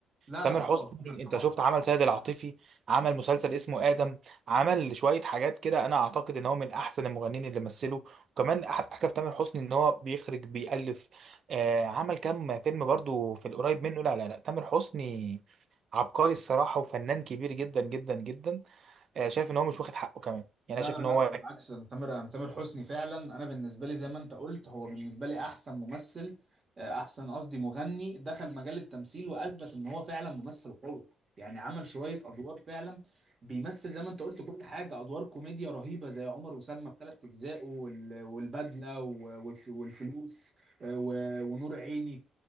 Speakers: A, on the right; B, on the right.
A: لا
B: تامر
A: لا
B: حسني
A: اه تامر طبعا
B: انت شفت عمل سيد العاطفي عمل مسلسل اسمه آدم عمل شوية حاجات كده انا اعتقد ان هو من احسن المغنيين اللي مثلوا وكمان أح- حاجة في تامر حسني ان هو بيخرج بيألف آه عمل كام فيلم برضو في القريب منه لا لا لا تامر حسني عبقري الصراحة وفنان كبير جدا جدا جدا آه شايف ان هو مش واخد حقه كمان يعني
A: لا
B: انا شايف
A: لا
B: ان
A: لا
B: هو
A: بالعكس انا تامر انا تامر حسني فعلا انا بالنسبه لي زي ما انت قلت هو بالنسبه لي احسن ممثل آه، احسن قصدي مغني دخل مجال التمثيل واثبت ان هو فعلا ممثل قوي يعني عمل شويه ادوار فعلا بيمثل زي ما انت قلت كل حاجه ادوار كوميديا رهيبه زي عمر وسلمى بثلاث اجزاء وال- والبدله و- والف- والفلوس آه، و- ونور عيني